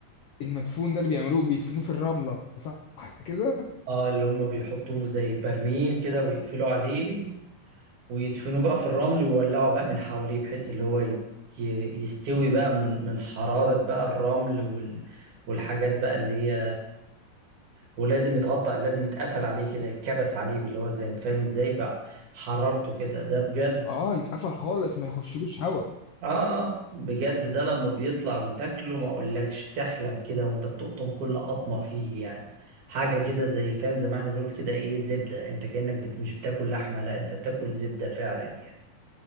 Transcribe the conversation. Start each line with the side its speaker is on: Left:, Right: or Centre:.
Left: المدفون ده اللي بيعملوه بيدفنوه في الرملة صح كده
Right: اه اللي هم بيحطوه زي برميل كده ويقفلوا عليه ويدفنوه بقى في الرمل ويولعوا بقى من حواليه بحيث اللي هو ي- ي- يستوي بقى من من حرارة بقى الرمل وال والحاجات بقى اللي هي ولازم يتغطى لازم يتقفل عليه كده يتكبس عليه اللي هو زي انت فاهم ازاي بقى حرارته كده ده بجد
Left: اه يتقفل خالص ما يخشلوش هوا
Right: اه بجد ده لما بيطلع وتاكله ما اقولكش بتحلم كده وانت بتقطم كل قطمه فيه يعني حاجه كده زي فاهم زي ما احنا بنقول كده ايه زبده انت كانك بت... مش بتاكل لحمه لا انت بتاكل زبده فعلا يعني